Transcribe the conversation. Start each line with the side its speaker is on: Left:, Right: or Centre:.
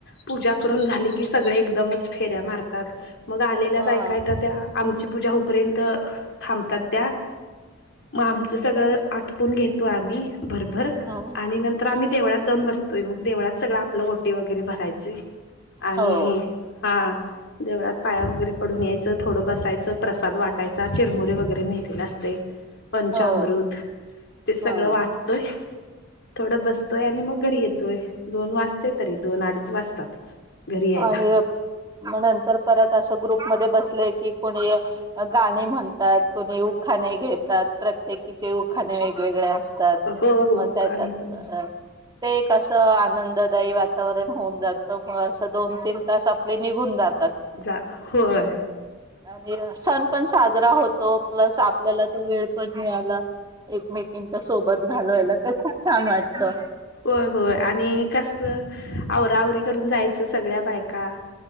Left: पूजा करून झाली की सगळे एकदमच फेऱ्या मारतात मग आलेल्या
Right: हा
Left: बायकायेत त्या आमची पूजा होपर्यंत थांबतात त्या मग आमचं सगळं आटपून घेतो आम्ही भरभर
Right: ह
Left: आणि नंतर तर आम्ही देवळात जाऊन बसतोय मग देवळात सगळं आपलं ओटी वगैरे भरायची आणि
Right: हो
Left: हा देवळात पाया वगैरे पडून यायचं थोडं बसायचं प्रसाद वाटायचा चिरमुरी वगैरे नेलेला असते पंचामृत
Right: हो
Left: ते
Right: हा
Left: सगळं वाटतोय थोडं बसतोय आणि मग घरी येतोय दोन वाजते तरी दोन अडीच वाजतात घरी यायला
Right: आणि मग नंतर परत असं ग्रुप मध्ये बसलंय की कोणी गाणे म्हणतात कोणी उखाने घेतात प्रत्येकीचे उखाने वेगवेगळे असतात
Left: हो हो
Right: मग त्याच्यात
Left: गाणी पण
Right: अ ते एक असं आनंददायी वातावरण होऊन जातं म दोन तीन तास आपले निघून जातात
Left: जा होय
Right: आणि सण पण साजरा होतो प्लस आपल्याला तो वेळ पण मिळाला एकमेकीच्या सोबत घालवायला तर खूप छान वाटतं
Left: होय होय आणि कस आवरावरी करून जायचं सगळ्या बायका